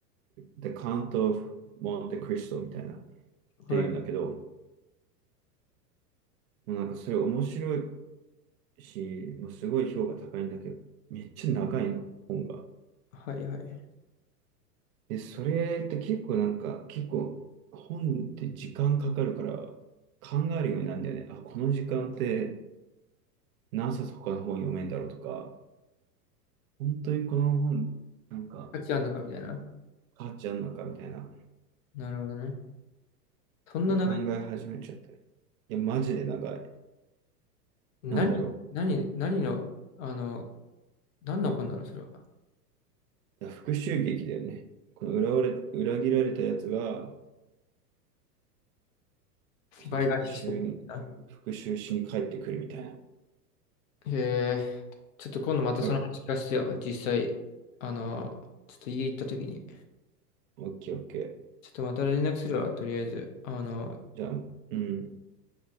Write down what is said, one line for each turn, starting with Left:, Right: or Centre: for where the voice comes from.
Right: The Count of Monte Cristo みたいな、っていうんだけど、
Left: うん。はい。
Right: もうなんかそれ面白いし、もうすごい評価高いんだけど、めっちゃ長いの、本が。
Left: はいはい。
Right: で、それって結構なんか、結構、本って時間かかるから、考えるようになるんだよね。あ、この時間って何冊他の本読めんだろうとか、本当にこの本、なんか、
Left: 価値あんのかみたいな。
Right: 変わっちゃうのかみたいな。っ
Left: なるほどね。そんな長い、
Right: て考え始めちゃったり、いや、マジでなんか、
Left: 何、
Right: なんだろ
Left: 何、何の、あの、何の本なの、それは。
Right: う。だ復讐劇だよね。この裏われ、裏切られたやつが、そう復讐に、
Left: 倍返ししてるのか
Right: 復讐しに帰ってくるみたいな。
Left: な。へえ、ちょっと今度またその話聞かせてよ。
Right: なんか、
Left: 実際、あの、ちょっと家行った時に。
Right: オッケーオッケー。
Left: ちょっとまた連絡するわ、とりあえず。あの、
Right: じゃあ、うん。